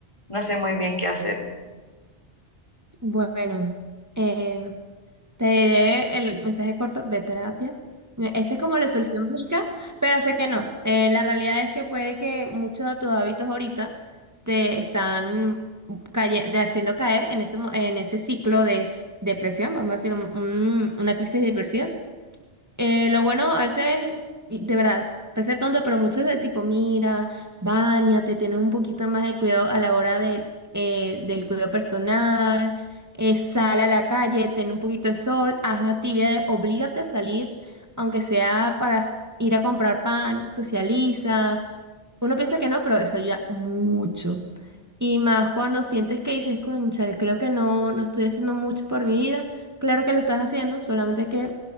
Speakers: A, on the left; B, on the right.
A: no sé muy bien qué hacer.
B: Bueno, em, Te diré el mensaje corto, ve a terapia. Esa es como la solución mágica, pero sé que no. Eh, la realidad es que puede que muchos de tus hábitos ahorita te están caye- de- haciendo caer en ese, mo- en ese ciclo de depresión, vamos a decir, un- un- una crisis de depresión. Eh, lo bueno, a veces, y de verdad, parece tonto, pero muchos de tipo, mira, báñate, ten un poquito más de cuidado a la hora del, eh, del cuidado personal, eh, sal a la calle, ten un poquito de sol, haz actividades, oblígate a salir, aunque sea para s- ir a comprar pan, socializa. Uno piensa que no, pero eso ayuda mucho. Y más cuando sientes que dices, conchale, creo que no, no estoy haciendo mucho por mi vida. Claro que lo estás haciendo, solamente que